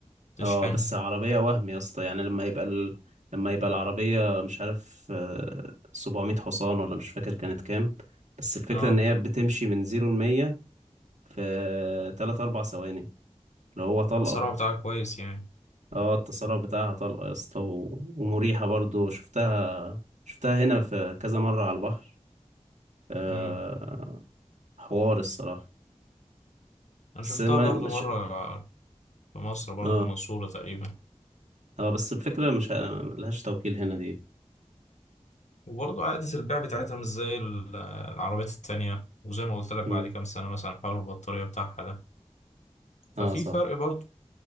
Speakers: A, on the left (about 75°); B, on the right (about 80°).
A: تشحنها
B: اه بس عربية وهم يا اسطى يعني لما يبقى ال... لما يبقى العربية مش عارف آه، 700 حصان ولا مش فاكر كانت كام بس الفكرة
A: اه
B: ان هي بتمشي من زيرو لمية في تلات أربع ثواني اللي هو طلقة
A: السرعه بتاعك كويس يعني
B: اه التسارع بتاعها طلقة يا اسطى و... ومريحة برضو شفتها شفتها هنا في كذا مرة على البحر آه...
A: امم
B: حوار الصراحة
A: انا
B: بس
A: شفتها
B: الم-
A: برضو
B: مش...
A: مرة في مصر برضو
B: اه
A: في المنصورة تقريبا
B: اه بس الفكرة مش ه- ملهاش توكيل هنا دي
A: وبرضو عادة البيع بتاعتها مش زي ال- العربيات التانية وزي ما قلت لك
B: مم.
A: بعد كام سنة مثلا حوار البطارية بتاعها ده ففي
B: اه صح
A: فرق برضو